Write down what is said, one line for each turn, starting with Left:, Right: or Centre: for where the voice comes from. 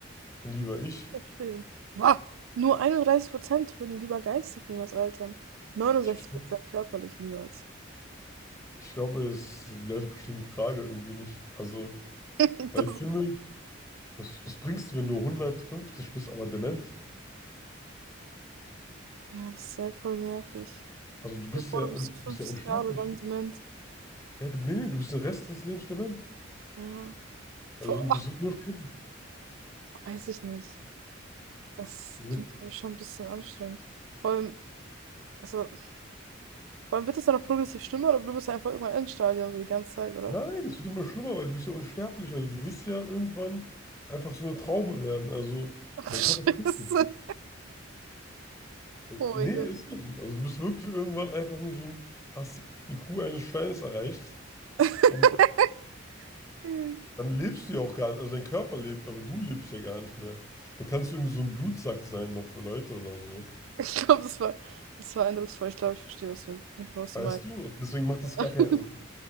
Left: ich bin lieber ich.
Right: Verstehe. Wah, nur 31% würden lieber geistig niemals altern. neunundsechzig
Left: Ich, ich,
Right: Prozent körperlich niemals.
Left: ich glaube, es, die Leute verstehen die Frage irgendwie nicht. Also,
Right: <laughs>
Left: weil
Right: Das,
Left: ich finde, Was, was bringst du, wenn du 150 bist, aber dement?
Right: ja, das ist sehr voll nervig.
Left: Also du
Right: Stell
Left: bist
Right: dir vor,
Left: ja
Right: du
Left: und
Right: bist so
Left: du
Right: 50
Left: bist ja unsterblich.
Right: Jahre lang dement.
Left: Ja, du, nee, nee, du bist den Rest des Lebens dement.
Right: Ja.
Left: Also
Right: Vor,
Left: und das wird nur schlimmer.
Right: <laughs> weiß ich nicht. Das
Left: Das-
Right: klingt für mich schon ein bisschen anstrengend. Vor allem, also Vor allem wird das dann noch progressiv schlimmer oder du bist einfach irgendwann Endstadium so die ganze Zeit, oder?
Left: Nein, es wird immer schlimmer, weil du bist ja unsterblich. Also du wirst ja irgendwann einfach so eine Traube werden. Also
Right: <laughs> Ach,
Left: dein
Right: Scheiße.
Left: Körper stirbt nicht.
Right: Oh
Left: Nee,
Right: mein Gott.
Left: ist nicht so. Also du bist wirklich irgendwann einfach nur so ein, hast die IQ eines Steines erreicht
Right: <laughs>
Left: und
Right: Hm.
Left: dann lebst du ja auch gar nicht. Also dein Körper lebt, aber du lebst ja gar nicht mehr. Dann kannst du irgendwie so ein Blutsack sein noch für Leute oder so.
Right: Ich glaube, das war, das war eindrucksvoll. Ich glaube, ich verstehe, was du, was
Left: Weißt
Right: du meinst.
Left: du, deswegen macht das
Right: <laughs>
Left: gar keinen, also,